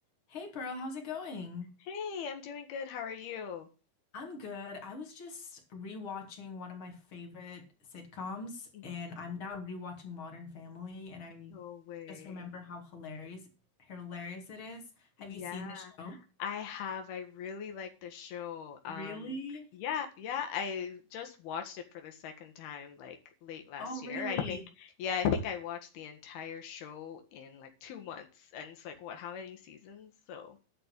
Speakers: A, on the left; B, on the left.
A: Hey Pearl, how's it going?
B: Hey, I'm doing good. How are you?
A: I'm good. I was just rewatching one of my favorite sitcoms,
B: hmm
A: and I'm now rewatching Modern Family, and I
B: No way.
A: just remember how hilarious hilarious it is. Have
B: Yeah,
A: you seen the show?
B: I have. I really like the show. Um,
A: Really?
B: yeah, yeah, I just watched it for the second time like late last
A: Oh, really?
B: year. I think, yeah, I think I watched the entire show in like two months. And it's like, what, how many seasons? So,